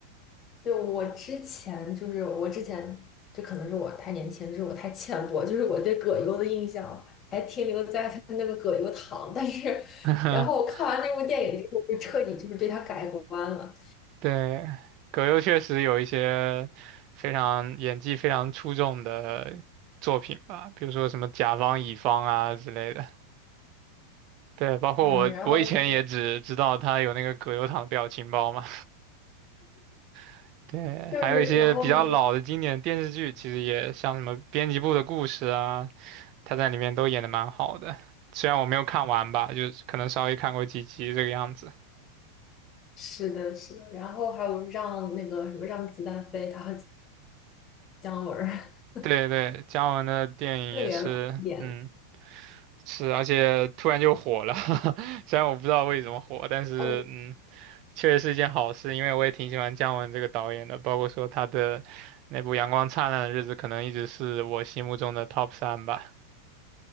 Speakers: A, on the left; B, on the right.
A: 对，我之前就是我之前，这可能是我太年轻，是我太浅薄，就是我对葛优的印象还停留在他那个葛优躺，<laughs> 但是，
B: <laughs>
A: 然后我看完那部电影之后，就彻底就是对他改观了。
B: 对，葛优确实有一些非常演技非常出众的作品吧，比如说什么甲方乙方啊之类的。对，包括我，
A: 嗯，然后那个
B: 我以前也只知道他有那个葛优躺表情包嘛。<laughs> 对，
A: 就是然后什么，
B: 还有一些比较老的经典电视剧，其实也像什么《编辑部的故事》啊，他在里面都演的蛮好的，虽然我没有看完吧，就是可能稍微看过几集这个样子。
A: 是的，是的，然后还有让那个什么让子弹飞，他和姜文儿 <laughs>
B: 对对，姜文的电影也是，
A: 那个也老经典
B: 嗯，是，而且突然就火了，<laughs> 虽然我不知道为什么火，但是嗯，
A: 哦。
B: 确实是一件好事，因为我也挺喜欢姜文这个导演的，包括说他的那部《阳光灿烂的日子》，可能一直是我心目中的 top 三吧。